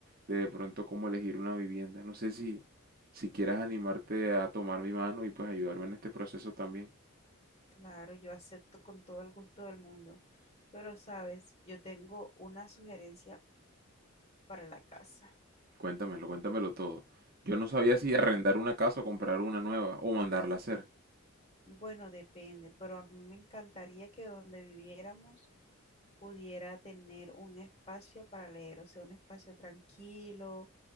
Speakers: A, on the right; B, on the left.
A: de, de pronto cómo elegir una vivienda. No sé si, si quieras animarte a tomar mi mano y pues ayudarme en este proceso también.
B: Claro, yo acepto con todo el gusto del mundo. Pero, ¿sabes? Yo tengo una sugerencia para la casa.
A: Cuéntamelo, cuéntamelo todo. Yo no sabía si arrendar una casa o comprar una nueva o mandarla a hacer.
B: Bueno, depende, pero a mí me encantaría que donde viviéramos pudiera tener un espacio para leer, o sea, un espacio tranquilo,